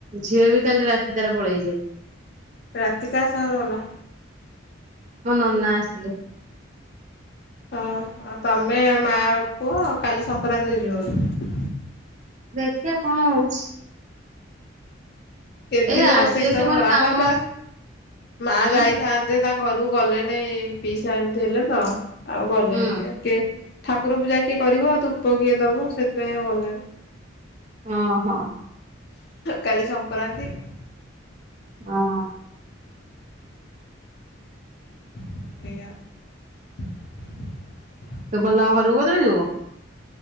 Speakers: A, on the right; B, on the left.
A: ଝିଅ ବି କାଲି ରାତି ତାର ପଳେଇଛି।
B: ରାତି କାହା ସାଙ୍ଗରେ ଗଲା?
A: ମୋ ନନା ଆସିଥିଲେ।
B: ହଁ ଆଉ ତମେ ମା ପୁଅ କାଲି ସଂକ୍ରାନ୍ତିରେ ଯିବ ବୋଧେ
A: ଦେଖିଆ କଣ ହଉଛି।
B: କେତେ ଦିନ
A: ଏଇ ଆଜି
B: ବସେଇକି
A: ଏତେ
B: ତମର
A: ମୋର
B: ଆମର
A: କାମ
B: ପା ମା
A: ଉଁ
B: ଯାଇଥାନ୍ତେ ତାଙ୍କ ଘରକୁ ଗଲେ ନେଇ ପିଇସା ଏମିତି ହେଲେ ତ ଆଉ ଗଲେନି
A: ହୁଁ
B: କିଏ ଠାକୁର ପୂଜା କିଏ କରିବ, ଆଉ ଧୂପ କିଏ ଦବ ସେଥିପାଇଁ ଆଉ ଗଲେନି।
A: ହଁ ହଁ।
B: କାଲି ସଂକ୍ରାନ୍ତି।
A: ହଁ।
B: <unintelligible>
A: ତୁ ଫୁଣି ତମ ଘରକୁ କୋଉଦିନ ଯିବୁ?